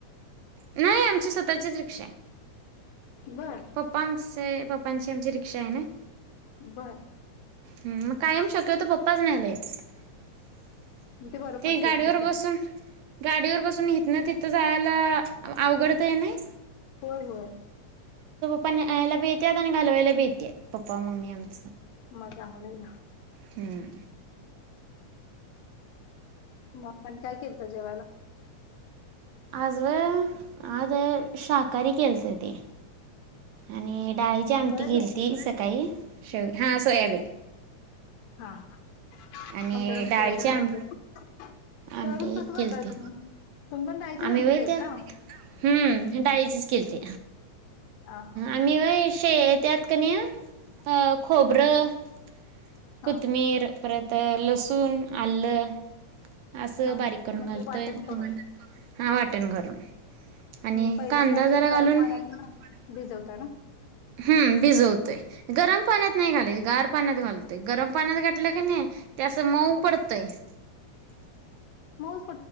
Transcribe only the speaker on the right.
नाही आमची स्वतःचीच रिक्षाय.
पप्पा आमच चे पप्पांची आमची रिक्षा हाय नई. <inaudible>
हम् मग कायम शक्यतो पप्पाच न्ह्यायला येतात <inaudible>
ते
गाडीवर
बसून गाडीवर बसून हित न तिथं यला अवघडतय नई
पण आयला बी येत्यात अन घालवायला बी येत्यात पपा मम्मी आमच.
हम्म
आज व्हय आज शाकारी केलत ते आणि <unintelligible> डाळीची आमटी
केलती सकाळी हा सोयाबीन
आणि
डाळीची
आम
आमटी
केलती.
आम्ही
व्हय
ते हम्म डाळीचीच केलती
आम्ही व्हय शे त्यात कनी अ खोबरं -
कोतमीर परत तर लसूण आलं असं
बारीक करून
घालतोय
आणि हा वाटण करून आणि
कांदा
जरा घालून
-
हम्म भिजवतोय गरम पाण्यात नाही घालायच गार पाण्यात घालतोय गरम पाण्यात घाठलं कणी - त्या अस मऊ
पडतय <inaudible>